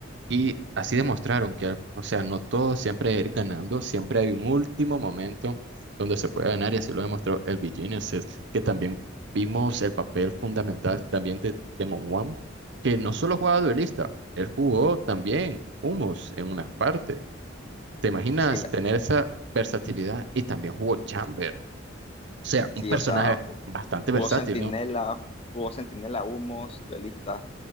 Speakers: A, on the right; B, on the left.
A: y así demostraron que, o sea, no todo siempre es ir ganando, siempre hay un último momento donde se puede ganar y así lo demostró el Genesis, que también vimos el papel fundamental también de Demon One, que no solo jugaba duelista, él jugó también Humus en una parte. ¿Te imaginas
B: Sí, la-
A: tener esa versatilidad y también jugó Chamber? sea,
B: sí,
A: un personaje
B: o sea, ju-
A: bastante versátil,
B: jugó Centinela,
A: ¿no?
B: jugó Centinela Humos, duelista,